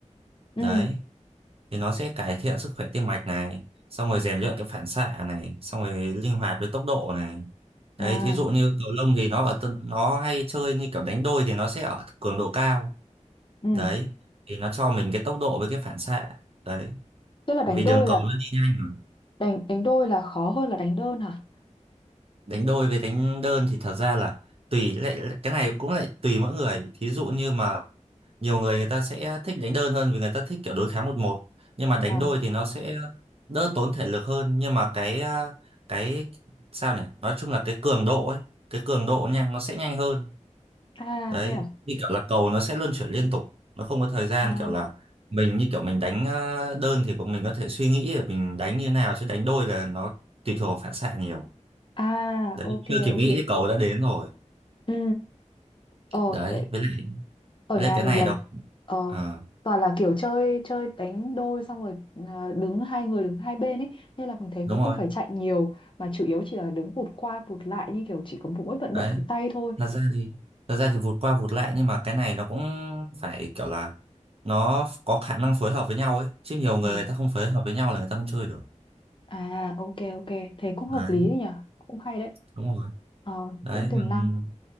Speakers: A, on the left (about 40°); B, on the right (about 50°).
A: ừ
B: Đấy. thì nó sẽ cải thiện sức khỏe tim mạch này xong rồi rèn luyện cái phản xạ này xong rồi linh hoạt với tốc độ này đấy
A: à
B: thí dụ như cầu lông thì nó ở tân- nó hay chơi như kiểu đánh đôi thì nó sẽ ở cường độ cao
A: ừ
B: đấy thì nó cho mình cái tốc độ với cái phản xạ đấy
A: tức là đánh
B: vì
A: đôi
B: đường cầu
A: là
B: nó đi nhanh mà
A: đánh đánh đôi là khó hơn là đánh đơn hả
B: đánh đôi với đánh đơn thì thật ra là tùy lại cái này cũng lại tùy mỗi người thí dụ như mà nhiều người người ta sẽ thích đánh đơn hơn vì người ta thích kiểu đối kháng một một nhưng mà đánh
A: à
B: đôi thì nó sẽ đỡ tốn thể lực hơn nhưng mà cái à, cái sao nhỉ nói chung là cái cường độ ấy cái cường độ nha nó sẽ nhanh hơn
A: à
B: đấy
A: thế à
B: như kiểu là cầu nó sẽ luân chuyển liên tục nó không có thời gian
A: à
B: kiểu là mình như kiểu mình đánh à, đơn thì cũng mình có thể suy nghĩ để mình đánh như thế nào chứ đánh đôi là nó tùy thuộc vào phản xạ nhiều
A: à
B: đấy
A: ok
B: chưa kịp nghĩ
A: ok
B: thì cầu đã đến rồi
A: ừ ờ
B: đấy
A: tại
B: với lại
A: ở
B: với
A: nhà
B: lại cái
A: mình
B: này
A: là
B: nó
A: ờ,
B: Ờ
A: toàn là kiểu chơi chơi đánh đôi xong rồi à, đứng hai người đứng hai bên ấy nên là mình thấy
B: đúng
A: cũng
B: rồi
A: không phải chạy nhiều mà chủ yếu chỉ là đứng vụt qua vụt lại như kiểu chỉ có mỗi vận
B: đấy
A: động cái tay thôi
B: thật ra thì thật ra thì vụt qua vụt lại nhưng mà cái này nó cũng phải kiểu là nó có khả năng phối hợp với nhau ấy chứ nhiều người
A: ừ.
B: người ta không phối hợp với nhau là người ta không chơi được
A: à ok ok thế cũng
B: đấy
A: hợp lý đấy nhỉ cũng hay đấy
B: đúng rồi
A: Ờ,
B: đấy
A: cũng tiềm
B: còn-
A: năng